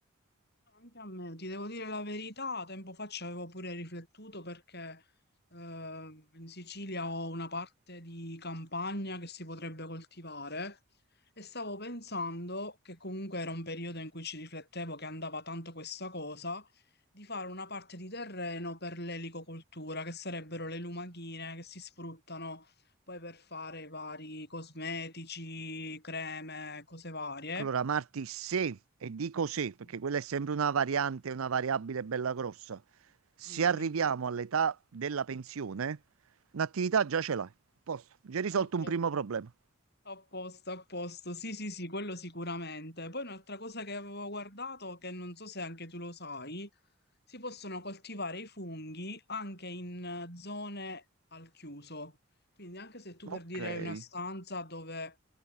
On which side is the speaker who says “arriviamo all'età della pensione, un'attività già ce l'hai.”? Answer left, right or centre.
Right